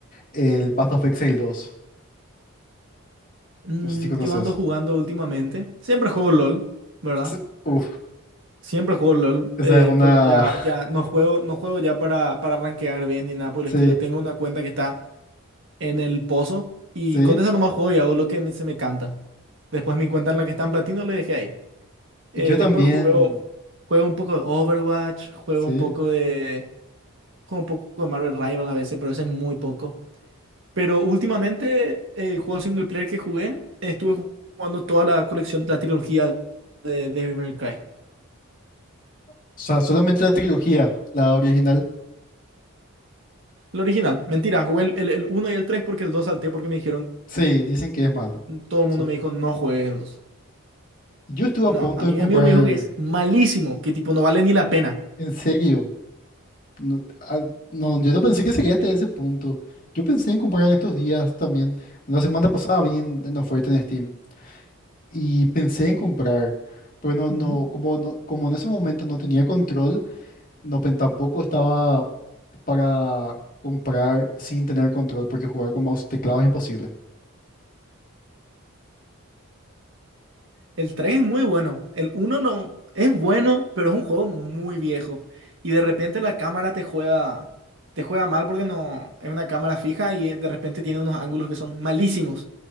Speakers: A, on the left; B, on the right.
A: el Path of Exile 2.
B: Mm,
A: No sé si conoces.
B: yo ando jugando últimamente. Siempre juego LOL, ¿verdad?
A: S- Uf,
B: Siempre juego LOL,
A: esa
B: eh,
A: es una...
B: pero ya,
A: <laughs>
B: ya no juego, no juego ya para, para rankear bien ni nada por el
A: Sí,
B: estilo. Tengo una cuenta que está en el pozo y
A: sí.
B: con esa nomás juego y hago lo que me- se me canta. Después mi cuenta en la que está en platino le dejé ahí. Eh,
A: Yo también,
B: después juego, juego un poco de Overwatch, juego
A: sí.
B: un poco de... juego un poco de Marvel Rivals a veces, pero ese es muy poco. Pero últimamente eh, el juego single player que jugué, estuve jugando toda la colección, la trilogía de Devil May Cry.
A: O sea, solamente la trilogía, la original.
B: El original, mentira, jugué el, el, el 1 y el 3 porque el 2 salté porque me dijeron,
A: Sí, dicen que es malo.
B: todo el
A: Su-
B: mundo me dijo, no juegues el dos
A: Yo estuve a
B: No,
A: punto
B: a mí
A: de comprar.
B: mi amigo me dijo que es malísimo, que tipo no vale ni la pena.
A: En serio, no, ah, no, yo no pensé que sería hasta
B: Sí.
A: ese punto. Yo pensé en comprar en estos días también. La semana pasada vi en, en oferta en Steam y pensé en comprar, pero no,
B: Ujú.
A: no, como, no, como en ese momento no tenía control, no, pen- tampoco estaba para comprar sin tener control, porque jugar con mouse y teclado es imposible.
B: El 3 es muy bueno. El uno no es bueno, pero es un juego muy viejo. Y de repente la cámara te juega, te juega mal porque no es una cámara fija y eh, de repente tiene unos ángulos que son malísimos.